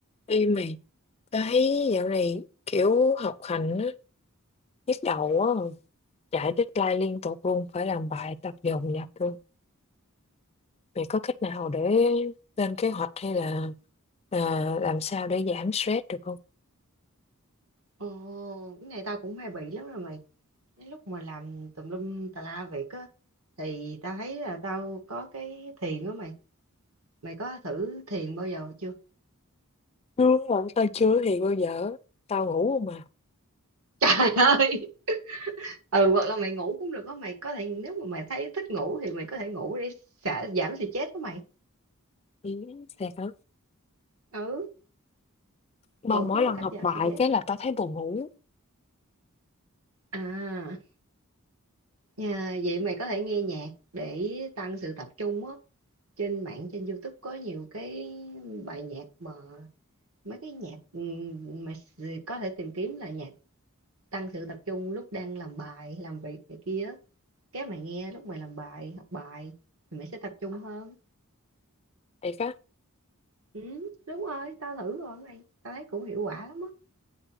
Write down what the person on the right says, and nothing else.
Ồ, cái này tao cũng hay bị lắm rồi mày. Cái lúc mà làm tùm lum tà la việc á, thì tao thấy là tao có cái thiền đó mày. Mày có thử thiền bao giờ chưa?
<laughs> Trời ơi! Ừ, hoặc là mày ngủ cũng được đó mày. Có thể nếu mà mày thấy thích ngủ thì mày có thể ngủ để xả, giảm stress đó mày.
Ừ,
ngủ
cũng
là cách
giảm
stress.
À, nhà, vậy mày có thể nghe nhạc để tăng sự tập trung á. Trên mạng, trên YouTube có nhiều cái bài nhạc mà mấy cái nhạc ừm, mà s- có thể tìm kiếm là nhạc tăng sự tập trung lúc đang làm bài làm việc này kia á. cái mày nghe lúc mày làm bài học bài thì mày sẽ tập trung hơn
ừ, đúng rồi tao thử rồi mày tao thấy cũng hiệu quả lắm á